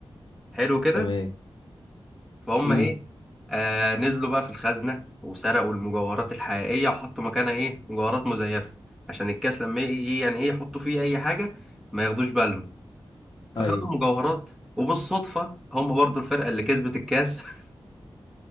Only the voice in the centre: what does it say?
حلو كده
فهم
ايه آه نزلوا بقى في الخزنة وسرقوا المجوهرات الحقيقية وحطوا مكانها ايه مجوهرات مزيفة عشان الكاس لما يجي يعني ايه يحطوا فيه اي حاجة ما ياخدوش بالهم فخدوا
المجوهرات وبالصدفة هم برضو الفرقة اللي كسبت الكاس <laughs>